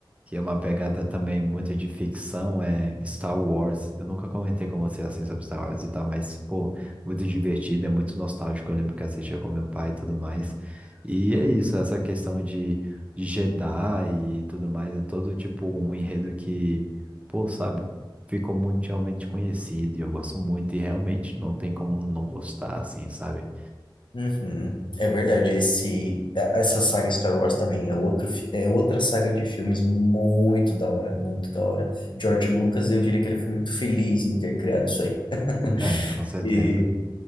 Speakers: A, on the right (about 15°); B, on the left (about 65°).
A: que é uma pegada também muito de ficção, é Star Wars. Eu nunca comentei com você assim sobre Star Wars e tal, mas, pô, muito divertido, é muito nostálgico. Eu lembro que assistia com meu pai e tudo mais. E é isso, essa questão de, de Jedi e tudo mais, é todo tipo um enredo que, pô, sabe, ficou mundialmente conhecido e eu gosto muito e realmente não tem como não gostar, assim, sabe?
B: Uhum. É verdade, esse, a- essa saga Star Wars também é outro, fi- é outra saga de filmes muito da hora, muito da hora. George Lucas, eu diria que ele foi muito feliz em ter criado isso aí. <laughs>
A: É, com certeza.
B: E,